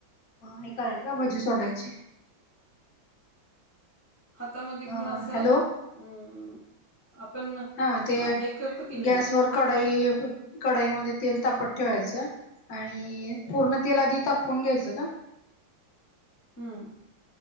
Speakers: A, on the left; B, on the left.
A: हे करायचे का? भजी सोडायची?
B: हातामध्ये
A: अ
B: घेऊन असं.
A: हॅलो
B: अम् आपण
A: हा ते
B: हे करतो की
A: गॅसवर
B: नाही?
A: कढई, कढईमध्ये तेल तापत ठेवायचं. आणि पूर्ण तेल आधी तापउन घ्यायचं का?
B: हम्म